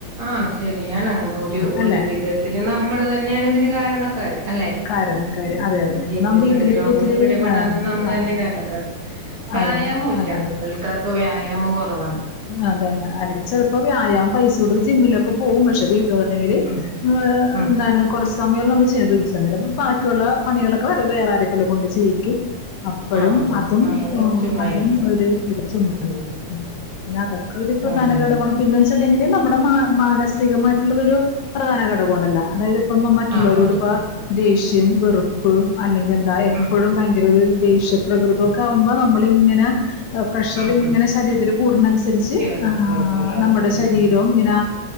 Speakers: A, on the right; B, on the left.
A: ആഹ ശരിയാണ് ഒരു ഒരു
B: അല്ലെ
A: വിധത്തില് നമ്മള് തന്നെയാണ് ഇതിന് കാരണക്കാരർ അല്ലെ
B: കാരണക്കാര്
A: ഉം
B: അതെ അതെ
A: ജീവിതശൈലീ
B: ഇപ്പൊ നമ്മ വീട്ടിലിപ്പോ
A: രോഗങ്ങൾ
B: ഒത്തിരി
A: പിടിപെടാന്
B: ആ,
A: നമ്മളെന്നെ
B: ആ,
A: കാരണക്കാർ വ്യായാമൊ
B: അതെ
A: ഇല്ല
B: അതെ
A: ആൾക്കാർക്ക് വ്യായാമം കൊർ റവാണ്
B: അതന്നെ അല്ലെങ്കിൽ ചെലപ്പോ വ്യായാം പൈസ കൊടുത്ത് ജിമ്മിലൊക്കെ പോകും പക്ഷെ വീ ങ്കിൽ ആ
A: ഉം ഉം
B: എന്താണ് കുറച്ച് സമയം നമ്മ ചെയ്യണ വീട്ടിലെന്തായാലും ബാക്കിയുള്ള പണികളക്കെ വേറെ ആരൊക്കെലും കൊണ്ട് ചെയ്ക്കും അപ്പഴും
A: ആഹ് അതെ
B: അതും
A: നമ്മള്
B: ഉം
A: ചുമ്മാ
B: അതും
A: ഇരിക്കും
B: ഒരു ഇതുമ ആരിക്ക പിനത ഒരു പ്രധാന
A: അതെ
B: ഘടകൊവാണ്
A: അതെ
B: പിന്നെ ങ്കില് നമ്മുടെ മാ മാനസികമായിട്ടുള്ളതൊരു പ്രധാന ഘടകം അണല്ലോ അതായത് അപ്പമ്മ മറ്റുള്ളോരടൊപ്പ
A: ആഹ് ആഹ് ആഹ്
B: ദേഷ്യം <unintelligible> വെറും അല്ലെങ്കിൽ എന്താ എപ്പോഴും
A: ഉം
B: ഭയങ്കരം ഒരു ദേഷ്യപ്രകൃതൊക്കെ ആവുമ്പോ നമ്മളിങ്ങന പ്രഷർ
A: ഉം
B: ഇങ്ങനെ
A: ഉം
B: ശരീരത്തില് കൂടുന്നതനുസരിച്ച്
A: കേറും കേറും അല്ലെ
B: നമ്മുടെ
A: ഉം
B: ശരീരവും
A: ഉം
B: ഇങ്ങനെ